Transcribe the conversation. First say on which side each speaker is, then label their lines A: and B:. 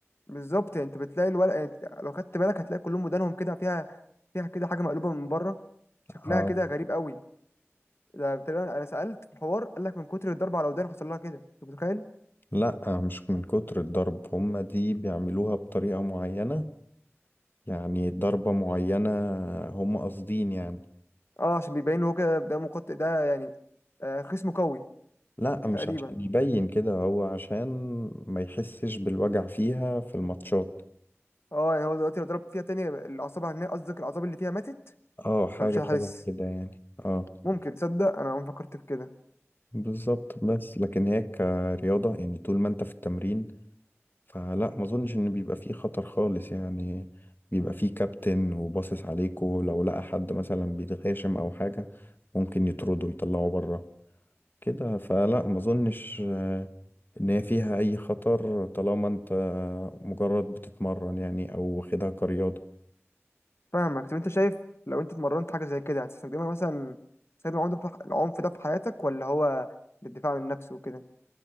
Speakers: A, on the left; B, on the left.
A: بالظبط يعني انت بتلاقي الورق يعني لو خدت بالك هتلاقي كلهم ودانهم كده فيها فيها كده حاجه مقلوبه من بره شكلها
B: آه
A: كده غريب قوي ده تقريبا انا سالت في الحوار قال لك من كتر الضرب على ودان حصل لها كده انت متخيل
B: لا آه، مش من كتر الضرب هما دي بيعملوها بطريقة معينة يعني ضربة معينة هم قاصدين يعني
A: اه عشان بيبين هو كده ده مقاتل ده يعني آه، خصمه قوي
B: لا مش
A: تقريبا
B: عشان يبين كده هو عشان ما يحسش بالوجع فيها في الماتشات
A: اه يعني هو دلوقتي لو ضرب فيها تاني الاعصاب هناك قصدك الاعصاب اللي فيها ماتت
B: اه حاجة
A: فمش هتحس
B: شبه كده يعني اه
A: ممكن تصدق انا عمري ما فكرت في كده
B: بالظبط بس لكن هي كرياضة يعني طول ما انت في التمرين فلا ما اظنش ان بيبقى فيه خطر خالص يعني بيبقى فيه كابتن وباصص عليكوا لو لقى حد مثلا بيتغاشم او حاجة ممكن يطردوا يطلعوا بره كده فلا ما اظنش آه، ان هي فيها اي خطر طالما انت مجرد بتتمرن يعني او واخدها كرياضة
A: فاهمك طب انت شايف لو انت اتمرنت حاجه زي كده هتستخدمها مثلا تستخدم العنف ده في العنف ده في حياتك ولا هو للدفاع عن النفس وكده